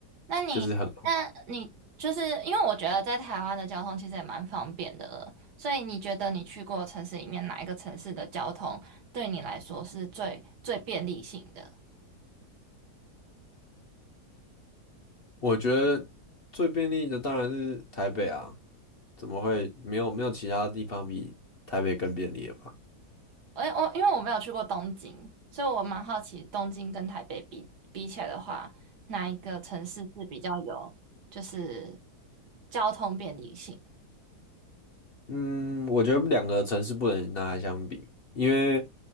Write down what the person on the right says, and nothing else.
那你，
那你就是因为我觉得在台湾的交通其实也蛮方便的了，所以你觉得你去过的城市里面哪一个城市的交通对你来说是最最便利性的？
我我因为我没有去过东京，所以我蛮好奇东京跟台北比比起来的话，哪一个城市是比较有就是交通便利性？